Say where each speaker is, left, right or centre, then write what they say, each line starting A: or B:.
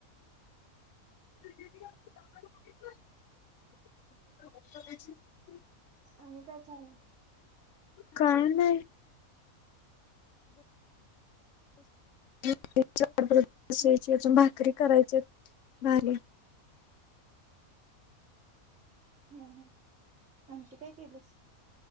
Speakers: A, on the left; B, on the right.
A: <inaudible>
B: आणि काय चालंय?
A: काण नाही. चून ब <unintelligible>
B: हम्म
A: भाकरी री करायचे भाजी.
B: हम्म हम्म आणखी काय केलीस?